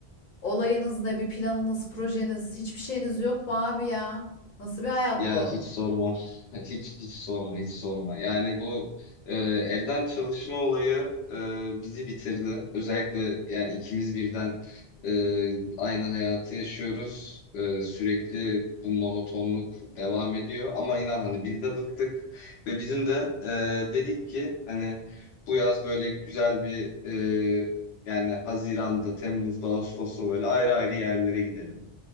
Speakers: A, on the left; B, on the left.
A: Olayınız ne? Bir planınız, projeniz, hiçbir şeyiniz yok mu abi ya? Nasıl bir hayat
B: Ya
A: bu?
B: hiç sorma. <laughs> Hiç hiç sorma, hiç sorma. Yani bu e, evden çalışma olayı e, bizi bitirdi. Özellikle yani ikimiz birden e, aynı hayatı yaşıyoruz. E, sürekli bu monotonluk devam ediyor. Ama inan hani biz de bıktık ve bizim de e, dedik ki hani bu yaz böyle güzel bir e, yani Haziran'da, Temmuz'da, Ağustos'ta böyle ayrı ayrı yerlere gidelim.